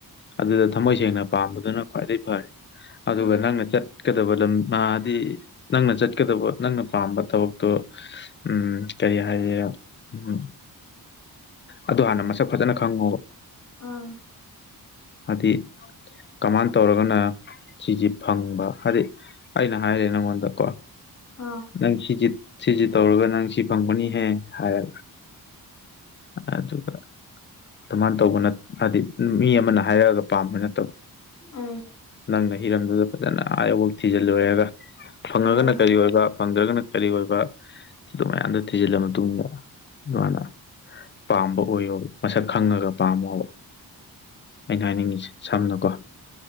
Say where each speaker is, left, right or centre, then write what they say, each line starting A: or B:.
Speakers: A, on the left (about 30°); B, on the left (about 50°).
A: ꯑꯗꯨꯗ ꯊꯃꯣꯏ ꯁꯦꯡꯅ ꯄꯥꯝꯕꯗꯨꯅ ꯈ꯭ꯋꯥꯏꯗꯩ ꯐꯔꯦ꯫ ꯑꯗꯨꯒ
B: ꯑꯥ
A: ꯅꯪꯅ ꯆꯠꯀꯗꯕ ꯂꯝ ꯃꯥꯗꯤ ꯅꯪꯅ ꯆꯠꯀꯗꯕ ꯅꯪꯅ ꯄꯥꯝꯕ ꯊꯕꯛꯇꯣ ꯎꯝ ꯀꯔꯤ ꯍꯥꯏꯒꯦꯔ ꯎꯝ꯫ ꯑꯗꯣ ꯍꯥꯟꯅ ꯃꯁꯛ ꯐꯖꯅ ꯈꯪꯉꯣ
B: ꯑꯥ꯫
A: ꯍꯥꯗꯤ ꯀꯃꯥꯟ ꯇꯧꯔꯒꯅ ꯁꯤꯖꯤ ꯐꯪꯕ ꯍꯥꯏꯗꯤ ꯑꯩꯅ ꯍꯥꯏꯔꯦ ꯅꯪꯉꯣꯟꯗ ꯀꯣ
B: ꯑꯥ꯫
A: ꯅꯪ ꯁꯤ ꯖꯤ ꯁꯤꯖꯤ ꯇꯧꯔꯒ ꯅꯪ ꯁꯤ ꯐꯪꯒꯅꯤꯍꯦ ꯍꯥꯏꯔ
B: <inaudible>
A: ꯑꯗꯨꯒ ꯑꯗꯨꯃꯥꯟ ꯇꯧꯕꯅ ꯅꯠ ꯍꯥꯏꯗꯤ ꯃꯤ ꯑꯃꯅ ꯍꯥꯏꯔꯛꯑꯒ ꯄꯥꯝꯕ ꯅꯠꯇꯕ꯫
B: ꯑꯥ꯫
A: ꯅꯪꯅ ꯍꯤꯔꯝꯗꯨꯗ ꯐꯖꯅ ꯑꯥ ꯌꯧꯕꯧ ꯊꯤꯖꯜꯂꯨꯔꯦꯒ ꯐꯪꯉꯒꯅ
B: ꯎꯝ
A: ꯀꯔꯤ ꯑꯣꯏꯕ ꯐꯪꯗ꯭ꯔꯒꯅ ꯀꯔꯤ ꯑꯣꯏꯕ ꯑꯗꯨ ꯃꯌꯥꯝꯗꯣ ꯊꯤꯖꯤꯜꯂ ꯃꯇꯨꯡꯗ <unintelligible> ꯄꯥꯝꯕ ꯑꯣꯏꯌꯣꯕ ꯃꯁꯛ ꯈꯪꯉꯒ ꯄꯥꯝꯃꯣꯕ꯫ ꯑꯩꯅ ꯍꯥꯏꯅꯤꯡꯉꯤꯁꯦ ꯁꯝꯅꯀꯣ